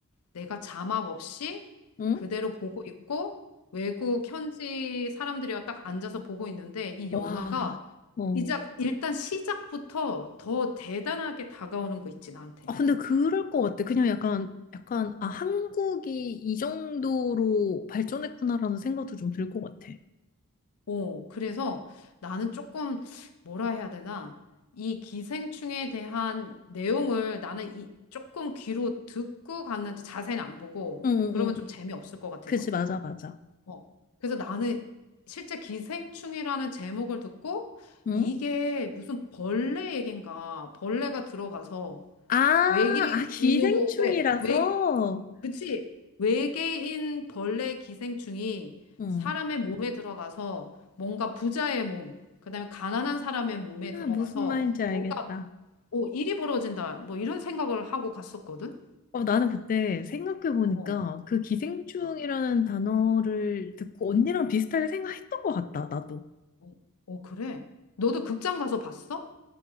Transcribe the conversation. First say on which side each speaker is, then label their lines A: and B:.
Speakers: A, on the left; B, on the left.
A: 내가 자막 없이
B: 응?
A: 그대로 보고 있고 외국 현지 사람들이랑 딱 앉아서 보고 있는데 이
B: 와,
A: 영화가
B: 어.
A: 시작, 일단 시작부터 더 대단하게 다가오는 거 있지, 나한테.
B: 아, 근데 그럴 것 같아. 그냥 약간, 약간, 아, 한국이 이 정도로 발전했구나라는 생각도 좀 들 것 같아.
A: 오, 그래서 나는 조금 뭐라 해야 되나? 이 기생충에 대한 내용을 나는 이 조금 귀로 듣고 갔는데 자세히는 안 보고
B: 응, 응,
A: 그러면
B: 응.
A: 좀 재미없을 것 같아서.
B: 그지, 맞아, 맞아.
A: 어. 그래서 나는 실제 기생충이라는 제목을 듣고
B: 응?
A: 이게 무슨 벌레 얘긴가 벌레가 들어가서
B: 아,
A: 외계인으로,
B: 아, 기생충이라서?
A: 왜, 그치? 외계인 벌레 기생충이
B: 응.
A: 사람의 몸에 들어가서 뭔가 부자의 몸, 그다음에 가난한 사람의 몸에 들어가서
B: 아, 무슨 말인지 알겠다.
A: 뭔가 오, 일이 벌어진다. 뭐 이런 생각을 하고 갔었거든.
B: 어, 나는 그때 생각해보니까
A: 어,
B: 그 기생충이라는
A: 어,
B: 단어를 듣고 언니랑 비슷하게 생각했던 것 같다, 나도.
A: 어, 어, 그래. 너도 극장 가서 봤어?